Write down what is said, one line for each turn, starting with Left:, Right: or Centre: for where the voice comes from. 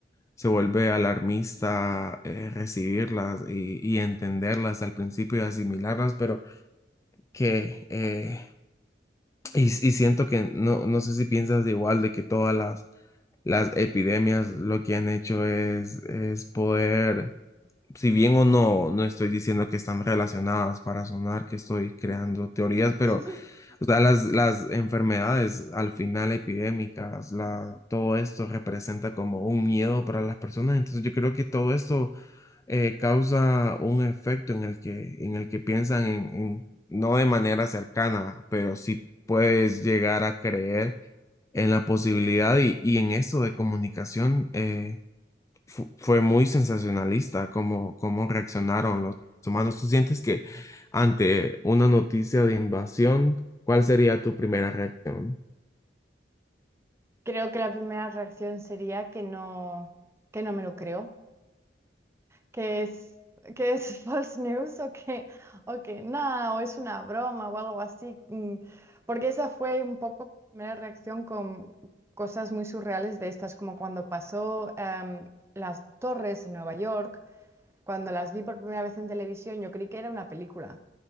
Left: se vuelve alarmista eh, recibirlas y, y entenderlas al principio y asimilarlas, pero que eh, Y, y siento que no, no sé si piensas igual de que todas las, las epidemias lo que han hecho es, es poder, si bien o no, no estoy diciendo que están relacionadas para sonar que estoy creando teorías, pero
Right: <laughs>
Left: o sea, las, las enfermedades al final epidémicas, la, todo esto representa como un miedo para las personas, entonces yo creo que todo esto eh, causa un efecto en el que, en el que piensan en, en- no de manera cercana, pero sí puedes llegar a creer en la posibilidad y, y en eso de comunicación eh, fu- fue muy sensacionalista cómo, cómo reaccionaron los humanos. ¿Tú sientes que ante una noticia de invasión, cuál sería tu primera reacción?
Right: Creo que la primera reacción sería que no, que no me lo creo. que es, que es <laughs> false news o que, o que nada, o es una broma o algo así. mm, Porque esa fue un poco mi primera reacción con cosas muy surreales de estas, como cuando pasó em, las torres en Nueva York, cuando las vi por primera vez en televisión, yo creí que era una película.